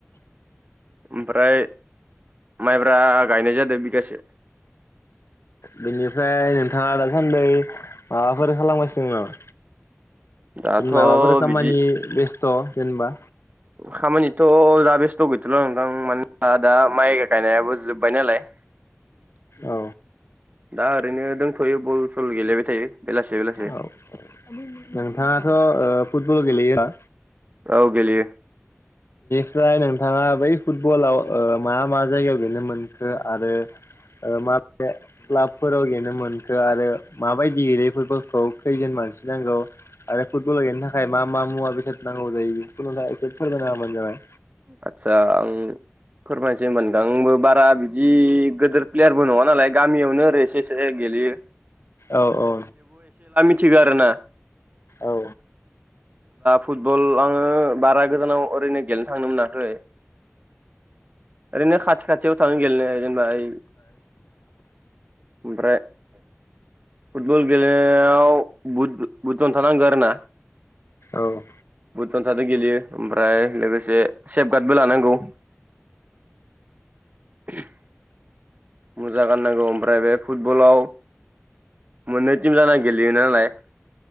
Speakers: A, on the right (about 35°); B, on the left (about 65°).
A: ओमफ्राय माइब्रा गायनाय जादो बिगासे।
B: बेनिफ्राय नोंथाङा दासान्दै माबाफोर खालामगासिनो नामा?
A: दाथ'
B: माबाफोर खामानि
A: बिदि
B: बेस्थ जेनेबा,
A: खामानिथ' दा बेस्थ' गैथला आं। ओं मानोना दा माइ गायनायाबो जोब्बाय नालाय।
B: औ,
A: दा ओरैनो दोंथ'यो बल सल गेलेबाय थायो बेलासे बेलासे
B: औ नोंथाङाथ' ओ फुटबल गेलेयो,
A: औ गेलेयो
B: ओमफ्राय नोंथांङा बै फुटबलाव मा मा जायगायाव गेलेनो मोनखो आरो ओ माबे क्लाबफोराव गेनो मोनखो आरो माबायदि गेयो फुटबलखौ खैजोन मानसि नांगौ आरो फुटबलाव गेलेनो थाखाय मा? मा मा मुवा बेसाद नांगौ जायो जिखुनुजा एसे फोरमायना होबानो जाबाय।
A: आदसा आं फोरमायनोसै होनबा आंबो बारा बिदि गिदिर प्लेयारबो नङा नालाय गामियावनो ओरै एसे एसे गेलेयो,
B: औ औ।
A: थिगारोना।
B: औ।
A: फुटबल आङो बारा गोजानाव ओरैनो गेलेनो थांनो मोनाखै। ओरैनो खाथि खाथियाव थांङो गेलेनो, दोनबाय ओमफ्राय। फुटबल गेलेनायाव बुद‌ बुद‌ जनथा नांगौ आरो ना।
B: औ।
A: बुट जन्थादो गेलेयो ओमफ्राय लोगोसे सेफगार्डबो लानांगौ। <unintelligible> मुजा गाननांगौ ओमफ्राय बे फुटबलाव मोननै टिम जाना गेलेयो नालाय।